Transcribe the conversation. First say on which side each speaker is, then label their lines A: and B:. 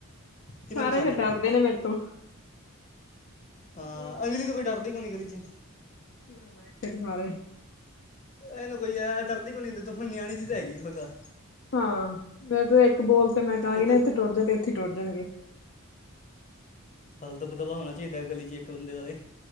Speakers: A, on the left; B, on the left.
A: ਕਿੰਨੇ
B: ਸਾਰੇ
A: ਬੱਚੇ ਆਉਂਦੇ
B: ਫਿਰ ਡਰਦੇ ਨੇ ਮੇਰੇ ਤੋਂ
A: ਹਾਂ
B: ਨਹੀਂ ਆਉਂਦੇ
A: ਅੰਜਲੀ
B: ਨੇ
A: ਕੋਈ ਡਰਦੀ ਕੋਣੀ ਗਲੀ ਜੀ
B: ਨਾ ਨਾ ਇੱਥੇ ਤੇ ਸਾਰੇ
A: ਇਹਨੂੰ ਕੋਈ ਹੈ ਡਰਦੀ ਕੋਈ ਨੀ ਤ ਹੁਣ ਨਿਆਣੀ ਜੀ ਤਾਂ ਹੈਗੀ ਖੁਦਾ
B: ਹਾਂ ਮੈਂ ਤੇ ਇੱਕ ਬੋਲ ਤੇ ਮੈਂ ਕਹਾਂਗੀ
A: ਇਹ ਤੇ
B: ਨਾ ਇੱਥੇ ਟੁਰ ਜਾ ਤੇ ਇੱਥੇ ਟੁਰ ਜਾਣਗੇ
A: ਸਾਲ ਤਾਂ ਪਧਵਾ ਹੋਣਾ ਚਾਹੀਦਾ ਗਲੀ ਚ ਇੱਕ ਬੰਦੇ ਦਾ ਤੇ